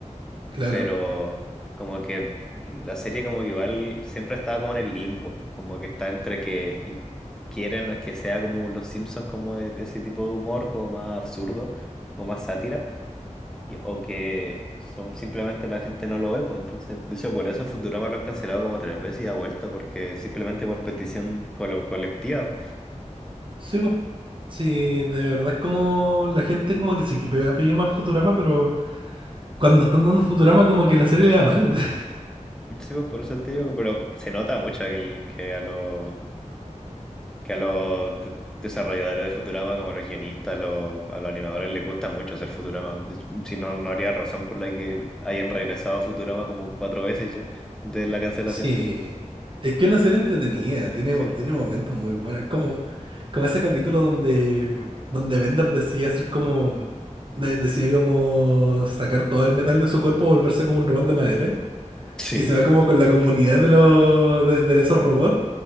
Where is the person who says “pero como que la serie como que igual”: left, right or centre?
Centre